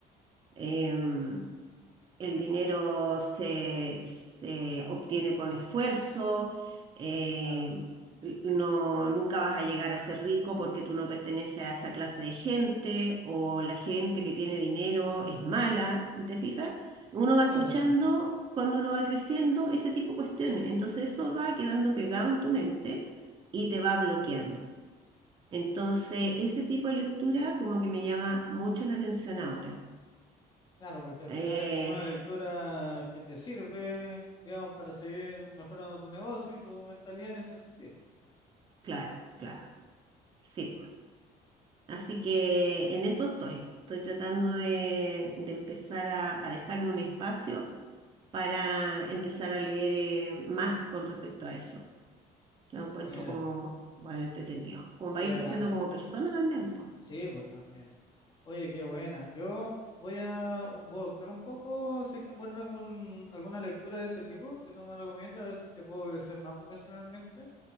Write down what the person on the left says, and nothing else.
claro,
claro,
sí.
Claro, porque al
final es como una lectura que te sirve, digamos, para seguir mejorando tu negocio y tu mentalidad en ese sentido.
Mira,
que,
que
hagan.
Sí, pues también. Oye, qué buena. Yo voy a voy a buscar un poco si es que encuentro algún, alguna lectura de ese tipo que tú me recomiendas, a ver si es que puedo crecer más profesionalmente